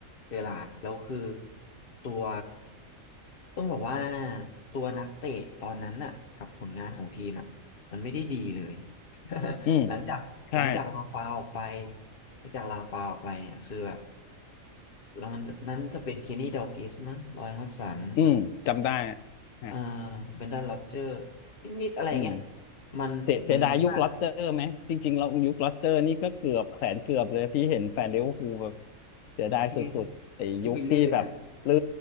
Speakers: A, on the left (about 45°); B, on the left (about 75°).
A: เจอราร์ดแล้วคือตัวต้องบอกว่าตัวนักเตะตอนนั้นน่ะกับผลงานของทีมอ่ะมันไม่ได้ดีเลย <laughs>
B: อืม
A: หลังจากหลังจากลาฟาวออกไป
B: ใช่
A: หลังจากลาฟาวออกไปเนี่ยคือแบบแล้วมันนั้นจะเป็นเคนนี่ดัลกิชมั้งรอยฮัดสัน
B: อืมจำได้ฮะ
A: เอ่อเบรนดอนโรเจอร์นิดๆอะไรเงี้ย
B: อืม
A: มันมันเละมาก
B: เสียเสียดายยุคล็เจอร์ไหมจริงๆเรายุคล็เจอร์นี่ก็เกือบแสนเกือบเลยพี่เห็นแฟนลิเวอร์พูลแบบเสียดายสุดๆไอ้ยุคที่แบบลื่
A: ที่ที่ไปลื่นอ่ะ